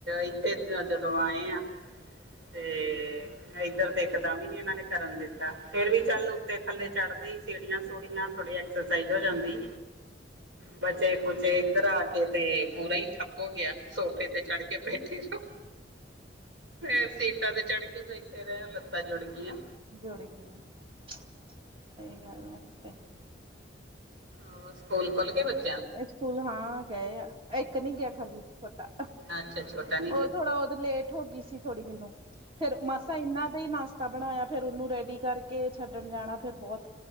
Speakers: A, on the right; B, on the right.
A: ਇੱਥੇ ਜਦੋਂ ਆਏ ਆ। ਤੇ, ਇੱਧਰ ਤੇ, ਇੱਕਦਮ ਹੀ, ਨੀ ਇਹਨਾਂ ਨੇ। ਕਰਨ ਦਿੱਤਾ। ਫੇਰ ਵੀ ਚੱਲ ਉੱਤੇ- ਥੱਲੇ ਚੜਦੇ ਹੀ, ਸੀੜੀਆਂ- ਸੂੜੀਆਂ, ਥੋੜੀ ਐਕਸਰਸਾਈਜ਼ ਹੋ, ਜਾਂਦੀ। ਬਚੇ- ਕੁਚੇ, ਕਰਾ ਕੇ ਤੇ, ਪੂਰਾ ਹੀ, ਠੱਪ ਹੋ ਗਿਆ। ਸੋਫੇ ਤੇ, ਚੜ ਕੇ, ਬੈਠੇ ਰਹੋ। ਆ ਫ ਲੱਟਾਂ ਤੇ, ਚੜ ਕੇ, ਬੈਠੇ ਰਹੇ ਆ। ਲੱਤਾਂ ਜੁੜ ਗਈਆਂ।
B: ਜੁੜ ਗਈ ਆ। ਸਹੀ ਗੱਲ ਹੈ, ਤੇ।
A: ਹੋਰ, ਸਕੂਲ ਖੋਲ ਗਏ? ਬੱਚੇ-
B: ਗਣੇ ਸਕੂਲ, ਹਾਂ ਗਏ ਆ। ਇੱਕ ਨਹੀਂ ਗਿਆ। ਖਾਲੀ, ਛੋਟਾ।
A: ਅੱਛਾ, ਛੋਟਾ ਨਹੀਂ।
B: ਉਹ ਥੋੜਾ, ਉਹ ਦੇ, ਲੇਟ ਹੋ ਗਈ ਸੀ। ਥੋੜੀ ਮੈਨੂੰ, ਫੇਰ ਮਸਾਂ ਇੰਨਾ। ਨਹੀਂ ਨਾਸ਼ਤਾ ਬਣਾਇਆ। ਫੇਰ ਉਹਨੂੰ ਰੈਡੀ ਕਰਕੇ, ਛੱਡਣ ਜਾਣਾ। ਫੇਰ ਬਹੁਤ,